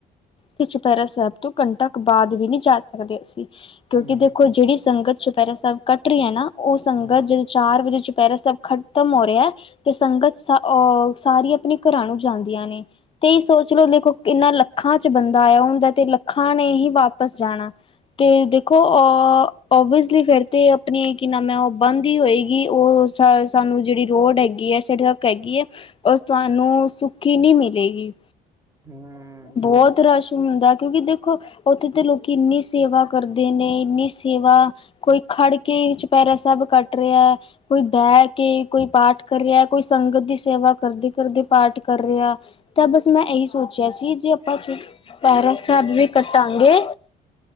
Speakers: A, on the left; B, on the right.
A: ਤੇ ਚੁਪਹਿਰਾ ਸਾਹਿਬ ਤੋਂ ਘੰਟਾ ਕ ਬਾਅਦ ਵੀ ਨੀ ਜਾ ਸਕਦੇ ਅਸੀਂ। ਕਿਉਂਕਿ
B: ਹੂੰ
A: ਦੇਖੋ। ਜਿਹੜੀ ਸੰਗਤ ਚੁਪਹਿਰਾ ਸਾਹਿਬ ਕੱਟ ਰਹੀ ਹੈ ਨਾ, ਉਹ ਸੰਗਤ
B: ਹੂੰ
A: ਚਾਰ ਵਜੇ ਚੁਪਹਿਰਾ ਸਭ ਖ਼ਤਮ ਹੋ ਰਿਹਾ। ਤੇ ਸੰਗਤ ਅਹ ਸਾਰੀ ਆਪਣੇ ਘਰਾਂ ਨੂੰ ਜਾਂਦੀਆਂ ਨੇ, ਤੇ ਇਹ ਸੋਚ ਲਓ, ਦੇਖੋ। ਇਹਨਾਂ ਲੱਖਾਂ 'ਚ ਬੰਦਾ ਆਇਆ ਹੁੰਦਾ ਤੇ ਲੱਖਾਂ ਨੇ ਹੀ ਵਾਪਿਸ ਜਾਣਾ। ਤੇ ਦੇਖੋ ਅ, ਓਵੀਅਸਲੀ ਫੇਰ ਤੇ, ਆਪਣੀ ਕੀ ਨ ਮੈਂ ਉਹ ਬੰਦ ਹੀ ਹੋਏਗੀ, ਉਹ। ਤਹ ਸਾਨੂੰ ਜਿਹੜੀ ਰੋਡ ਹੈਗੀ ਹੈ, ਸੜਕ ਹੈਗੀ ਹੈ, ਉਹ ਤੁਹਾਨੂੰ, ਸੁੱਖੀ ਨਹੀਂ ਮਿਲੇਗੀ।
B: ਹੂੰ
A: ਬਹੁਤ ਰਸ਼ ਹੁੰਦਾ। ਕਿਉਂਕਿ ਦੇਖੋ, ਉੱਥੇ ਤਾਂ ਲੋਕੀ ਇੰਨੀ ਸੇਵਾ ਕਰਦੇ ਨੇ, ਇੰਨੀ ਸੇਵਾ ਕੋਈ ਖੜ ਕੇ ਚੁਪੈਹਿਰਾ ਸਹਿਬ ਕੱਟ ਰਿਹਾ, ਕੋਈ ਬਹਿ ਕੇ, ਕੋਈ ਪਾਠ। ਕਰ ਰਿਹਾ। ਕੋਈ ਸੰਗਤ ਦੀ ਸੇਵਾ ਕਰਦੇ- ਕਰਦੇ ਪਾਠ ਕਰ ਰਿਹਾ, ਤਾਂ ਬੱਸ ਮੈਂ ਇਹੀ ਸੋਚਿਆ ਸੀ। ਜੇ ਆਪਾਂ ਚੁਪਹਿਰਾ ਸਾਹਿਬ ਵੀ ਕਟਾਂਗੇ।